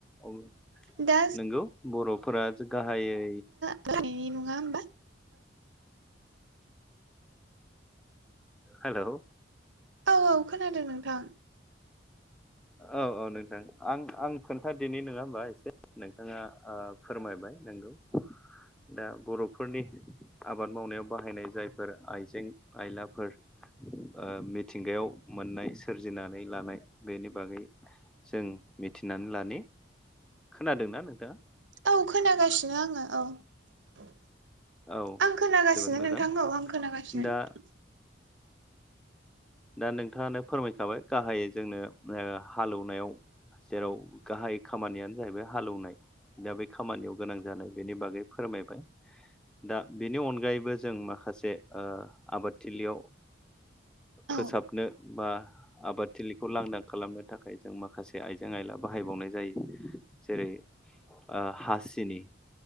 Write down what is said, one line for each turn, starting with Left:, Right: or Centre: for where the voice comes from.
Centre: औ
Right: दा
Centre: नोंगौ बर'नो फोरा गाहायै
Right: <unintelligible> नङा होमबा
Centre: हेलौ
Right: औ औ खोनादों नोंथां।
Centre: औ औ नोंथां आं आं खोन्थादोनि नङा होमबा एसे नोंथाङा ओ फोरमायबाय नोंगौ। दा बर'फोरनि आबाद मावनायाव बाहायनाय जायफोर आइजें आइलाफोर ओ मिथिंगायाव मोननाय सोरजिनानै लानाय बेनि बागै जों मिथिनानै लानि खोनादोंना नोंथाङा?
Right: औ खोनागासिनो आङो औ।
Centre: औ
Right: आं खोनागासिनो
Centre: जोबोद मोजां
Right: नोंथां औ आं खोनागासिनो।
Centre: दा दा नोंथाङानो फोरमायखाबाय गाहायै जोंनो हालेवनायावो जेराव गाहाय खामानियानो जाहैबाय हाल एवनाय दा बे खामानियाव गोनां जानाय बेनि बागै फोरमायबाय। दा बेनि अनगायैबो जों माखासे आबादथिलियावो फोसाबनो
Right: औ
Centre: बा आबाद थिलिखौ लांदां खालामनो थाखाय जों माखासे आयजें आयला बाहायबावनाय जायो जेरैओ आ हासिनि